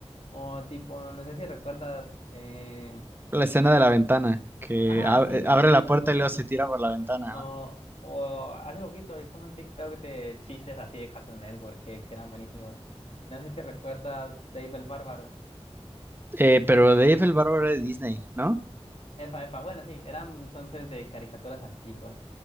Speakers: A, on the left; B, on the right.
A: O tipo, no sé si recuerdas... Eh...
B: La escena de la ventana, que
A: Ah,
B: ab-
A: sí,
B: eh, abre
A: uy,
B: la
A: sí,
B: puerta
A: sí,
B: y luego
A: sí.
B: se tira por la ventana,
A: O,
B: ¿no?
A: o hace poquito vi como un TikTok de chistes así de Cartoon Network que, que eran buenísimos. No sé si recuerdas Dave el Bárbaro.
B: Eh, pero Dave el Bárbaro era de Disney, ¿no?
A: Epa, epa, bueno, sí, eran entonces de caricaturas antiguas.